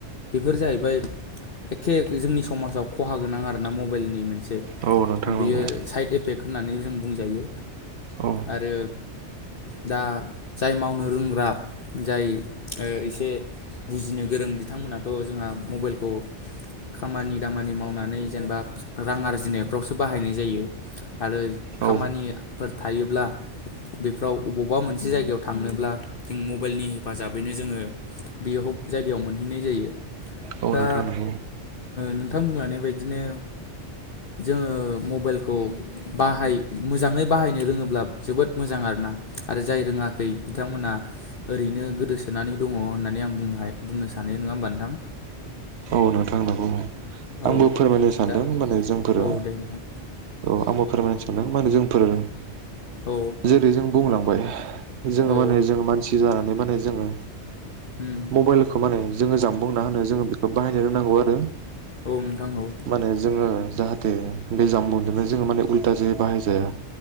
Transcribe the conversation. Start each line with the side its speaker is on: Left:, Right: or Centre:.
Left: बेफोर जाहैबाय एखे जोंनि समाजाव खहा गोनां आरो ना मबाइलनि मोनसे
Right: औ नोंथां
Left: बियो
Right: नंगौ
Left: साइड इफेक्ट होननानै जों बुंजायो
Right: औ
Left: आरो दा जाय मावनो रोंग्रा जाय एसे बुजिनो गोरों बिथांमोनाथ' जोंहा मबाइलखौ खामानि दामानि मावनानै जेनेबा रां आरजिनायफ्रावसो बाहायनाय जायो। आरो
Right: औ
Left: खामानिफोर थायोब्ला बेफोराव अबावबा मोनसे जायगायाव थांनोब्ला जों मबाइलनि हेफाजाबैनो जोङो बेयाव जायगायाव मोनो हैनाय जायो
Right: औ
Left: दा
Right: नोंथां नंगौ
Left: नोंथां बुंलनाय बायदिनो जोङो मबाइलखौ बाहाय मोजाङै बाहायनो रोङोब्ला जोबोद मोजां आरो ना आरो जाय रोङाखै बिथांमोना ओरैनो गोदोसोनानै दङ होननानै आं बुंनो हा बुंनो सानो नङा होमबा नोंथां।
Right: औ नोंथांनांगौ
Left: औ
Right: आंबो फोरमायनो सानदों
Left: दा
Right: माने जोंफोरो
Left: औ दे नोंथां
Right: ओ आंबो फोरमायनो सानदों माने जों फोरो
Left: औ
Right: जेरै जों बुंलांबाय जोङो
Left: औ
Right: माने जों मानसि जानानै माने जोङो
Left: उम
Right: मबाइलखौ माने जोङो जामबुंना होनो जोङो बेखौ बाहायनो रोंनांगौ आरो
Left: औ नोंथां औ।
Right: माने जोङो जाहाथे बे जाम्बुंजोंनो जोङो माने उल्थााजे बाहायजाया